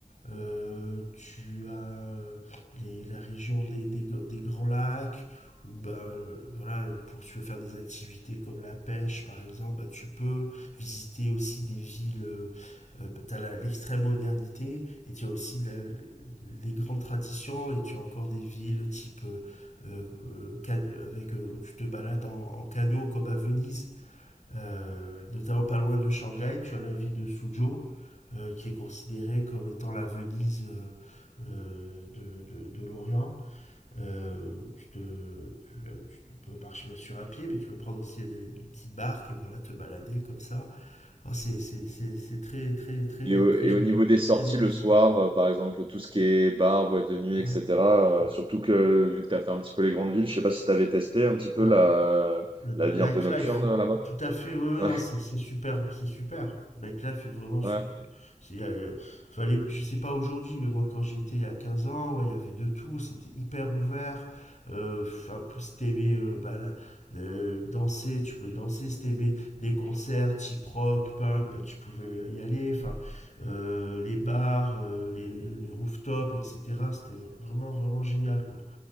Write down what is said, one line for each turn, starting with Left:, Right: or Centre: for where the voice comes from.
Left: Euh, tu as euh, les, la région des, des, des Grands Lacs, ou ben euh, voilà pour si tu veux faire des activités comme la pêche par exemple ben, tu peux visiter aussi des villes euh, euh, tu as l'extrême modernité et tu as aussi la- les grandes traditions et tu as encore des villes type euh, euh, can- avec euh, où tu te balades en, en canot comme à Venise euh, notamment pas loin de Shanghai, tu as la ville de Suzhou, euh, qui est considérée comme étant la Venise euh, euh, de, de- de l'Orient. Euh, tu, te- tu, euh, tu peux marcher bien sûr à pied, mais tu peux prendre aussi des- une petite barque et voilà, te balader comme ça. Alors c'est c'est- c'est- c'est très, très, très,
Right: Et, au
Left: très
Right: et
Left: joli,
Right: au niveau des sorties
Left: très dépaysant.
Right: le soir, euh, par exemple, tout ce qui est bar, boîte de nuit,
Left: Ouais,
Right: etc.
Left: ouais,
Right: euh, surtout que, vu que tu as fait un petit peu les grandes villes, je sais pas si tu avais testé un petit
Left: ouais.
Right: peu la,
Left: Le,
Right: la
Left: le
Right: vie
Left: nightlife.
Right: un peu nocturne euh, là-bas. <laughs>
Left: Tout à fait, oui, oui,
Right: Ouais,
Left: non, c'est c'est super, c'est super. Le Nightlife est vraiment. su-
Right: ouais.
Left: su- C'est, euh, fallait, je sais pas aujourd'hui, mais moi quand j'y étais il y a 15 ans, ouais, il y avait de tout, c'était hyper ouvert. Euh, enfin, pour- si t'aimais euh, bah, la- le- danser, tu pouvais danser. Si t'aimais des concerts type rock, punk, bah, tu pouvais y aller. Enfin, euh, les bars, euh, les, les rooftops, etc. C'était vraiment, vraiment génial, quoi.